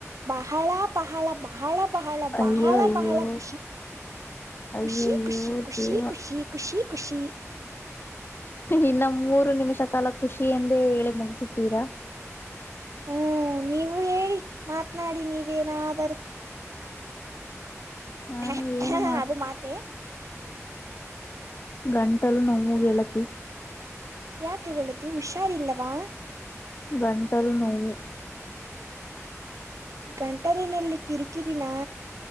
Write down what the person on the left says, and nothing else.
ಅಯ್ಯೋ
ಅಯ್ಯೋ
ಅಯ್ಯೋ
ಅಯ್ಯೋ
ದೇವ
ಇನ್ನ ಮೂರು ನಿಮಿಷ ಕಾಲ ಖುಷಿ ಎಂದೇ ಹೇಳಿ ಮುಗಿಸಿತೀರಾ.
ನಾನು
ಏನು
ಮಾತ್
ಗಂಟಲು ನೋವು ಗೆಳತಿ.
ಗಟಲು ನೋವು.